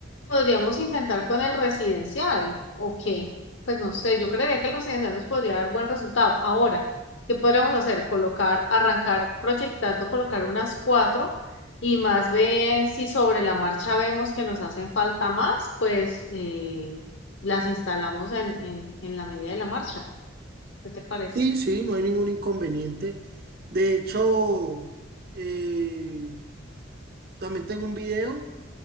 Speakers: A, on the left; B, on the right.
A: Podríamos intentar con el residencial, ¿o qué? Pues no sé, yo creería que el residencial nos podría dar buen resultado. Ahora, ¿qué podríamos hacer? Colocar, arrancar proyectando, colocar unas cuatro y más bien si sobre la marcha vemos que nos hacen falta más, pues eh, las instalamos en, en, en la medida de la marcha. ¿Qué te parece?
B: Sí, sí, no hay ningún inconveniente. De hecho, eh, también tengo un video